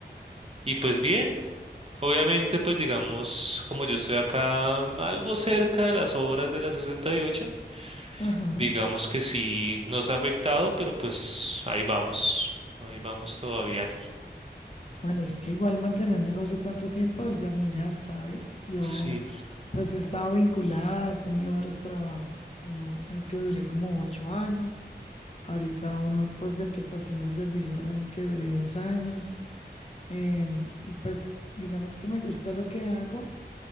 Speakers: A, on the right (about 35°); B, on the left (about 35°).
A: y pues bien. Obviamente, pues digamos, como yo estoy acá algo cerca de las obras de la sesenta y ocho
B: Ajá.
A: Digamos que sí nos ha afectado, pero pues ahí vamos, ahí vamos todavía.
B: Bueno, es que igual mantener negocio tanto tiempo es de admirar, ¿sabes? Yo,
A: Sí,
B: pues, he estado vinculada, he tenido varios trabajos. Uno en el que duré como ocho años. Ahorita uno, pues, de prestación de servicios en el que duré dos años. Em, y pues, digamos que me gusta lo que hago.